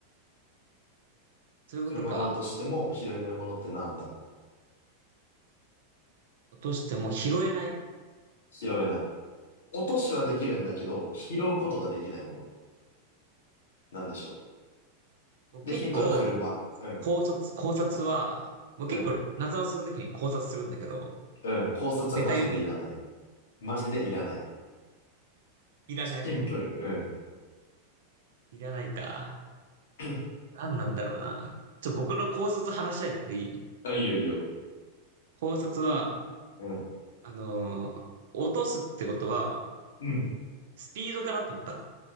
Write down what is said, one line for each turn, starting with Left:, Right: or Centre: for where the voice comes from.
Right: そういうことか。
Left: 車が落としても拾えないものってなんだ
Right: 落としても拾えない
Left: 拾えない。落としはできるんだけど、拾うことができないもの。
Right: うん。
Left: なんでしょ
Right: もう結構、
Left: う。で、ヒントは車。うん、
Right: 考察、考察は、もう結構、
Left: うん、
Right: 謎をするときに考察するんだけど、
Left: うん。考察はマジでいらない。
Right: ネタ読み
Left: マジでいらない。
Right: いらない。
Left: シンプル。うん。
Right: いらないか。
Left: <clears throat>
Right: 何なんだろうな。ちょ、僕の考察話しないでくれいい
Left: あ、いいよいいよ。
Right: 考察は、
Left: うん、
Right: あのー落とすってことは、
Left: うん。
Right: スピードかなと思ったの。